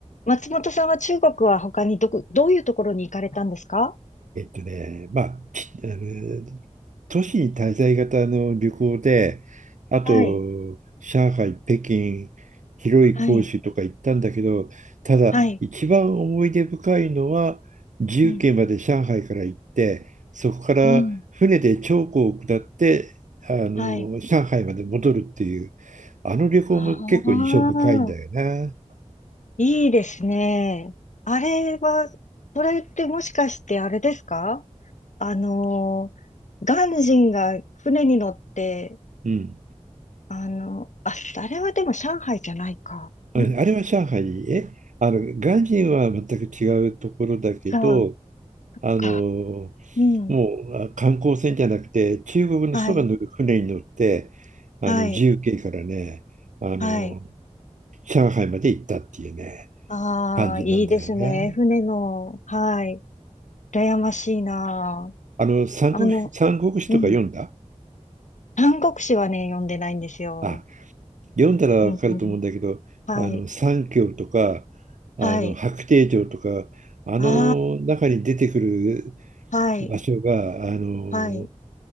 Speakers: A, on the left; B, on the right.
A: 松本さんは中国は他にどこ、どういうところに行かれたんですか
B: えっとね、まあ、きあの都市に滞在型の旅行で、あと、
A: はい。
B: 上海、北京、広い広州とか行ったんだけど、
A: はい、
B: ただ、
A: はい、
B: 一番思い出深いのは、重慶まで上海から行って、
A: うん、
B: そこから船で長江を下って、
A: うん、
B: あの、
A: はい。
B: 上海まで戻るっていう、あの旅行も結構印象深いんだよな。
A: ああ、いいですね。あれは、それってもしかしてあれですかあのー、鑑真が船に乗って、
B: うん。
A: あの、あ、あれはでも上海じゃないか。
B: ああれは上海、
A: ん違
B: え、あの、鑑真は全く違うところだけど、
A: う
B: あの
A: か。うん。
B: もうあ観光船じゃなくて中国の人が乗る船に乗ってあの自由形からねあの
A: はい、はい、はい。
B: 上海まで行ったっていうね
A: ああ、
B: 感じなんだよね。
A: いいですね。船の、はい。羨ましいな
B: あの三国、
A: あ。あの、
B: 三国志とか読んだ
A: うん。三国志はね、読んでないんですよ。
B: あ読んだらわかると思うんだけどあの三峡とかあの白帝城とかあの中に出てくる
A: うんうん。はい。はい。ああ、はい。
B: 場所があの
A: はい。